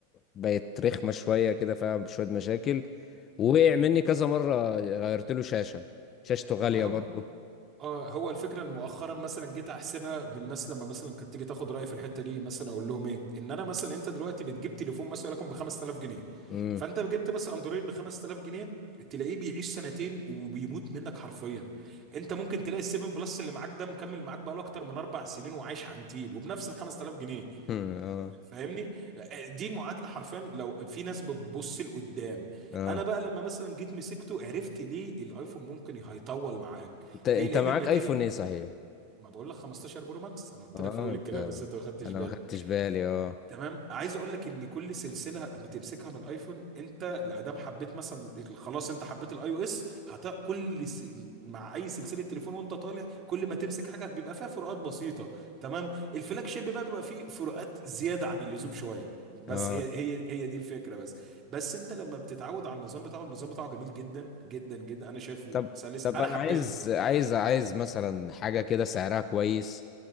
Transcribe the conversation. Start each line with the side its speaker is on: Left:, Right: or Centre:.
Left: بقت رخمه شويه كده فيها شويه مشاكل وقع
Right: تمام
Left: مني كذا مره غيرت له شاشه شاشته غاليه
Right: والله هو
Left: برضه
Right: اه هو الفكره ان مؤخرا مثلا جيت احسبها بالناس لما مثلا كانت تيجي تاخد رايي في الحته دي مثلا اقول لهم ايه ان انا مثلا انت دلوقتي بتجيب تليفون مثلا لكم ب 5000 جنيه
Left: امم
Right: فانت جبت مثلا اندرويد ب 5000 جنيه تلاقيه بيعيش سنتين وبيموت منك حرفيا انت ممكن تلاقي ال 7 بلس اللي معاك ده مكمل معاك بقاله اكتر من اربع سنين وعايش عنتيل وبنفس ال 5000 جنيه
Left: اه
Right: فاهمني دي معادله حرفيا لو في ناس بتبص لقدام
Left: اه
Right: انا بقى لما مثلا جيت مسكته عرفت ليه الايفون ممكن هيطول معاك
Left: انت انت
Right: ليه لان
Left: معاك
Right: الماتيريال
Left: ايفون ايه صحيح
Right: ما بقول لك 15 برو ماكس انا قلت
Left: اه
Right: لك في اول
Left: انت
Right: الكلام بس انت ما خدتش
Left: انا
Right: بالك
Left: ما خدتش بالي اه
Right: تمام عايز اقول لك ان كل سلسله بتمسكها من ايفون انت لادام حبيت مثلا خلاص انت حبيت الاي او اس هت كل س... مع اي سلسله تليفون وانت طالع كل ما تمسك حاجه بيبقى فيها فروقات بسيطه تمام الفلاج شيب بقى بيبقى فيه فروقات زياده عن اللزوم شويه بس
Left: اه
Right: هي هي هي دي الفكره بس بس انت لما بتتعود على النظام بتاعه النظام بتاعه جميل جدا جدا جدا انا شايفه
Left: طب
Right: سلس
Left: طب
Right: انا
Left: انا
Right: حبيته
Left: عايز عايز عايز مثلا حاجة كده سعرها كويس